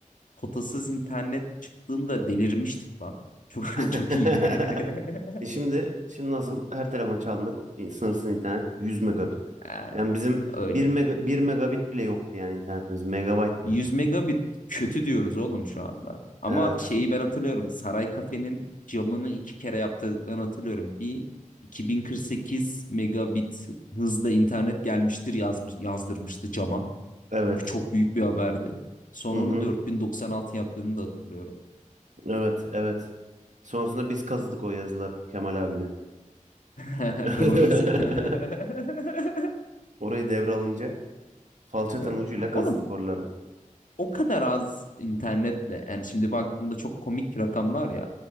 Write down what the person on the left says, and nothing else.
kotasız internet çıktığında delirmiştik lan. Çok
<laughs> çok iyiydi.
<laughs>
Ee,
Öyle.
100 megabit kötü diyoruz oğlum şu anda. Ama
şeyi ben hatırlıyorum. Saray Kafe'nin camını iki kere yaptırdıklarını hatırlıyorum. Bir 2048 megabit hızda internet gelmiştir yazmış yazdırmıştı cama.
Çünkü çok büyük bir haberdi. Sonra
onu 4096 yaptığını da hatırlıyorum.
<laughs>
Doğru. <laughs>
Evet.
Oğlum
o kadar az internetle yani şimdi baktığımda çok komik rakamlar ya.